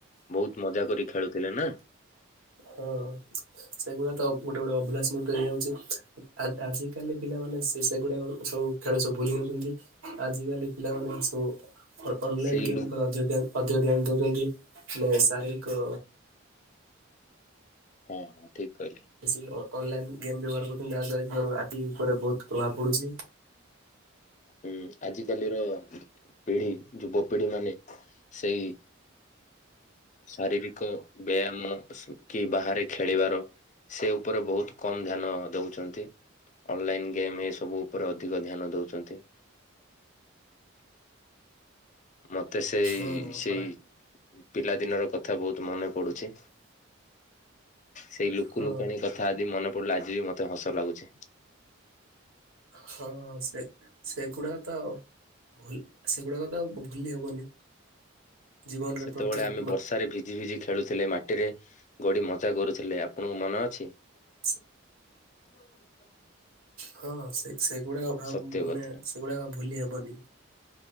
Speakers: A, on the left (about 35°); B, on the right (about 85°).
A: ବହୁତ ମଜା କରି ଖେଳୁଥିଲେ ନା।
B: ହଁ। ସେଗୁଡା ତ ଗୋଟେ ଗୋଟେ ଅଭୁଲା ସ୍ମୃତି ହେଇଯାଉଚି। ଆଜିକାଲି ପିଲାମାନେ ସେ ସେଗୁଡାକ ସବୁ ଖେଳ ସବୁ ଭୁଲି ଯାଉଚନ୍ତି ଆଜିକାଲି ପିଲାମାନେ ସବୁ ଅନଲାଇନ୍
A: ସେଇ
B: ଗେମ୍
A: ଲୁ
B: ଅଧିକ ଧ୍ୟାନ ଦଉଚନ୍ତି ମାନେ ଶାରୀରିକ
A: ହଁ ହଁ ଠିକ୍ କହିଲେ।
B: ବେଶୀ ଅନଲାଇନ୍ ଗେମ୍ ବ୍ୟବହାର କରୁଚନ୍ତି ଯାହାଦ୍ୱାରାକି ତାଙ୍କର ଆଖି ଉପରେ ବହୁତ୍ ପ୍ରଭାବ ପଡ଼ୁଚି।
A: ଉଁ ଆଜିକାଲିର ପିଢି ଯୁବ ପିଢି ମାନେ ସେଇ ଶାରୀରିକ ବ୍ୟାୟାମ ସୁକି ବାହାରେ ଖେଳିବାର ସେ ଉପରେ ବହୁତ୍ କମ୍ ଧ୍ୟାନ ଦଉଚନ୍ତି। ଅନଲାଇନ୍ ଗେମ୍ ଏସବୁ ଉପରେ ଅଧିକ ଧ୍ୟାନ ଦଉଛନ୍ତି। ମତେ ସେଇ
B: ହଁ
A: ସେଇ
B: ପରା
A: ପିଲା ଦିନର କଥା ବହୁତ୍ ମନେ ପଡୁଛି ସେଇ ଲୁକୁ
B: ହଁ
A: ଲୁକାଣି କ କଥା ଆଜି ମନେ ପଡ଼ିଲେ ଆଜିବି ମତେ ହସ ଲାଗୁଛି।
B: ହଁ ସେ ସେଗୁଡ଼ାତ ଭଲ ସେଗୁଡ଼ାକତ ଆଉ ଭୁଲି ହବନି। ଜୀବନରେ
A: ସେତେବେଳେ
B: ପ୍ରତ୍ୟେକ
A: ଆମେ
B: ବ
A: ବର୍ଷାରେ ଭି ଭିଝି ଭିଝି ଖେଳୁଥିଲେ ମାଟିରେ ଗଡ଼ି ମଜା କରୁଥିଲେ ଆପଣଙ୍କୁ ମନେ ଅଛି?
B: <inaudible>
A: <unintelligible>
B: ହଁ ସେ ସେଗୁଡ଼ାକ ଆଉ
A: ସତ୍ୟ କଥା
B: ମାନେ ସେଗୁଡ଼ାକ ଆଉ ଭୁଲି ହବନି।